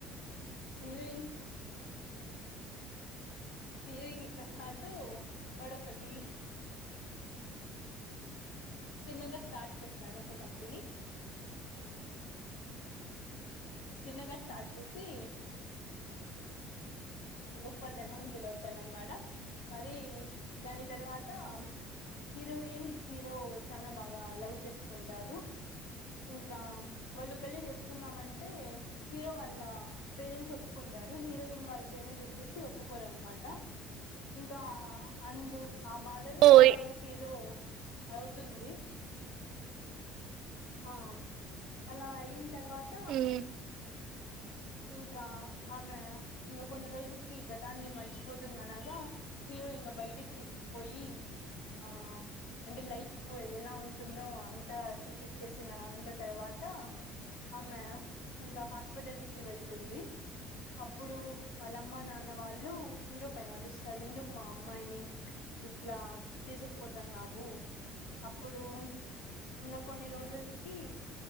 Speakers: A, on the left; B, on the right.
A: హీరోయిన్స్ హరోయిన్ సలహాతో వాడు ఒకటి చిన్నగా స్టార్ట్ చేస్తాడు ఒక కంపెనీ చిన్నగా స్టార్ట్ చేసి
B: అ
A: గొప్ప ధనవంతుడు అవుతాడు అనమాట. మరి దాని తర్వాత హీరోయిన్ హీరో చాన బాగా లవ్ చేసుకుంటారు.
B: అ
A: ఇంకా వాళ్ళు పెళ్లి చేసుకుందామంటే, హీరో వాళ్ళ పేరెంట్స్ ఒప్పుకుంటారు. హీరోయిన్ వాళ్ళ పేరెంట్స్ వచ్చేసి ఒప్పుకోరు అన్మాట. ఇంకా అందు ఆ బాధలో
B: ఓయ్
A: ఆమెకి ఏదో అవుతుంది. ఆమ్ అలా అయిన తర్వాత
B: మ్మ్
A: ఇంకా ఆమె ఇంగ కొన్ని రోజులకి గతాన్ని మర్చిపోతుంది అనగా హి హీరో ఇంగ బయటకి తీసుకుపోయి, ఆ అంటే లైఫ్ ఎలా ఉంటుందో అ అంత చూపించేసిన అంద తర్వాత, ఆమె ఇంక హాస్పిటల్ కి వెళ్తుంది. అప్పుడు వాళ్ళమ్మ, నాన్న వాళ్ళు హీరో పైన అరుస్తారు ఎందుకు మా అమ్మాయిని ఇట్లా తీసుకుపోతన్నావు అప్పుడు ఇంగ కొన్ని రోజుల్కి